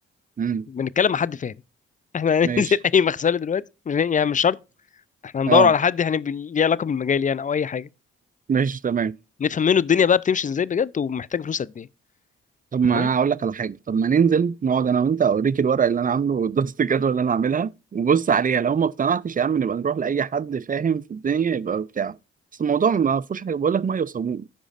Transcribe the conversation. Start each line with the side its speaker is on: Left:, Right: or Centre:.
Right: مم.
Left: بنتكلم مع حد فاهم احنا هننزل
Right: ماشي
Left: <laughs> اي مغسله دلوقتي مش يعني مش شرط احنا هندور
Right: اه
Left: على حد يعني بال- ليه علاقه بالمجال يعني او اي حاجه
Right: ماشي تمام
Left: نفهم منه الدنيا بقى بتمشي ازاي بجد ومحتاج فلوس قد ايه
Right: طب ما
Left: تمام
Right: انا هقول لك على حاجه طب ما ننزل نقعد انا وانت اوريك الورق اللي انا عامله والدراسه الجدوى اللي انا عاملها وبص عليها لو ما اقتنعتش يا عم نبقى نروح لاي حد فاهم في الدنيا يبقى بتاع بس الموضوع ما فيهوش حاجه بقول لك ميه وصابون